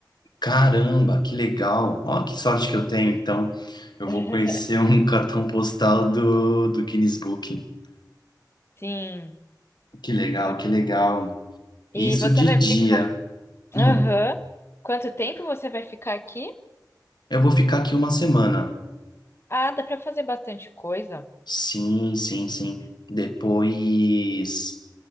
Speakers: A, on the left; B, on the left.
A: Caramba, que legal. Olha que sorte que eu tenho, então. Eu
B: <laughs>
A: vou conhecer um <laughs> cartão postal do, do Guinness Book.
B: Sim,
A: Que legal,
B: muito
A: que legal.
B: bom. E
A: Isso
B: você
A: de
B: vai
A: dia.
B: ficar?
A: Hum,
B: Aham. Quanto tempo você vai ficar aqui?
A: eu vou ficar aqui uma semana.
B: Ah, dá pra fazer bastante coisa.
A: Sim, sim, sim. Depois